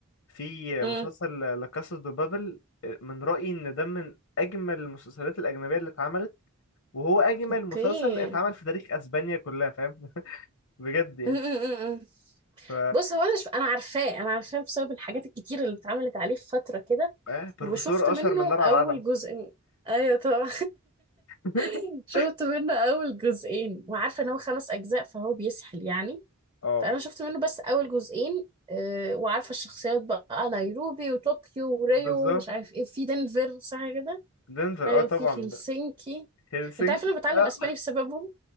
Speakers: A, on the left; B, on the right.
A: في
B: امم
A: مسلسل لا كاسا دو بابل من رأيي ان ده من اجمل المسلسلات الاجنبية اللي اتعملت وهو اجمل
B: اوكي
A: مسلسل اتعمل في تاريخ اسبانيا كلها فاهم بجد يعني
B: م- م- م- م.
A: ف
B: بص هو انا شف... انا عارفاه انا عارفاه بسبب الحاجات الكتير اللي اتعملت عليه في فتره كده
A: إيه؟ بروفيسور
B: وشفت منه
A: اشهر من نار على
B: اول
A: العلم
B: جزء ايوه طبعا
A: <laughs>
B: <laughs> شفت منه اول جزئين وعارفه ان هو خمس اجزاء فهو بيسحل يعني
A: اه
B: فانا شفت منه بس اول جزئين آه، وعارفه الشخصيات بقى نيروبي وطوكيو وريو
A: بالظبط
B: ومش عارف ايه في دنفر صح كده
A: دنفر
B: ايوه
A: اه طبعا
B: في هلسنكي
A: ده هلسنكي
B: انت عارف إن انا بتعلم
A: اه
B: اسباني بسببهم